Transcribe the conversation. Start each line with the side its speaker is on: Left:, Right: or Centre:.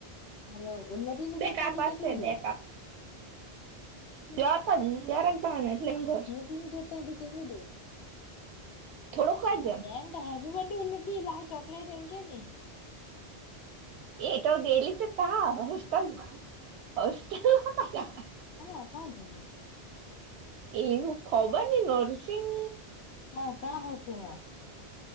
Left: હલો ઉન્નતિ નું
Right: બે
Left: ગેટ
Right: કપશે
Left: ત્યાંથી કેટલું દૂર
Right: બે કપ દ દારક જવાના એટલે ઘર
Left: ત કેતા કેટલી દૂર
Right: થોડુંક
Left: હ
Right: જ એમ
Left: બ ઉતી લ ચોકલેટ એકે ન
Right: એ તો ગેલી છે તા હોસ્ટેલમાં હોસ્ટેલમાં
Left: ક્યાં ક્યાં ગેલી
Right: એનું ખબર નઈ નરસિંગ
Left: <unintelligible>